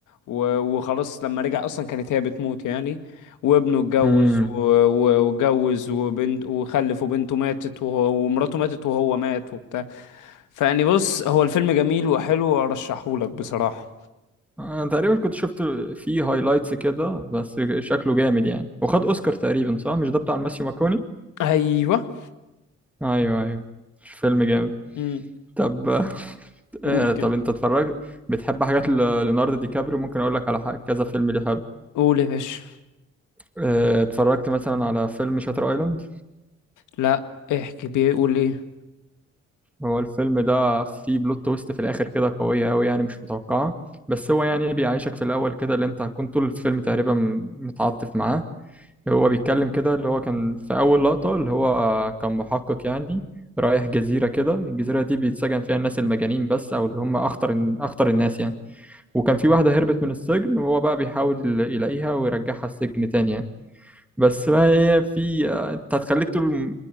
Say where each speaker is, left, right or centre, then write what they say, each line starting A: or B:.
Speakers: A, on the left; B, in the centre.
A: و- وخلاص لما رجع أصلا كانت هي بتموت يعني وابنه اتجوز
B: مم.
A: و- و- واتجوز وبنت وخلف وبنته ماتت وهو- ومراته ماتت وهو مات وبتاع فيعني بص هو الفيلم جميل وحلو وأرشحهولك بصراحة
B: انا تقريبا كنت شفت فيه هايلايتس كده بس شكله جامد يعني وخد اوسكار تقريبا صح مش ده بتاع الماسيو ماكوني
A: أيوه
B: ايوه ايوه مش فيلم جامد
A: امم
B: طب آه
A: قول كده
B: طب انت اتفرجت بتحب حاجات ل- ليوناردو دي كابريو ممكن اقول لك على حاجة- كذا فيلم ليه حلو
A: قول يا باشا
B: آه اتفرجت مثلا على فيلم شاتر ايلاند
A: لا احكي بيه قول ايه
B: هو الفيلم ده فيه بلوت تويست في الاخر كده قويه قوي يعني مش متوقعه بس هو يعني بيعيشك في الاول كده اللي انت هتكون طول الفيلم تقريبا متعاطف معاه هو بيتكلم كده اللي هو كان في اول لقطه اللي هو كان محقق يعني رايح جزيره كده الجزيره دي بيتسجن فيها الناس المجانين بس او اللي هم اخطر اخطر الناس يعني وكان في واحده هربت من السجن وهو بقى بيحاول يلاقيها ويرجعها السجن تاني يعني بس بقى هي في انت هتخليك طول